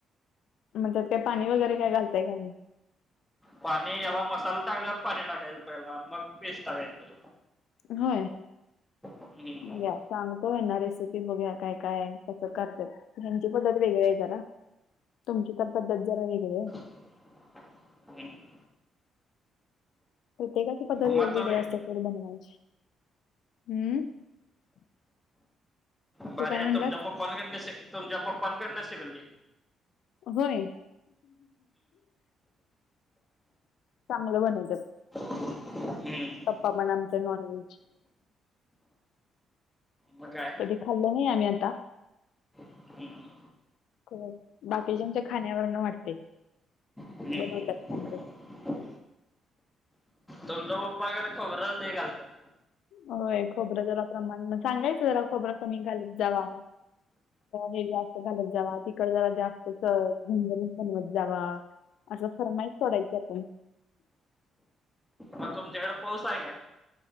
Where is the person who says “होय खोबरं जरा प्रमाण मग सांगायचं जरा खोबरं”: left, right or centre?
Left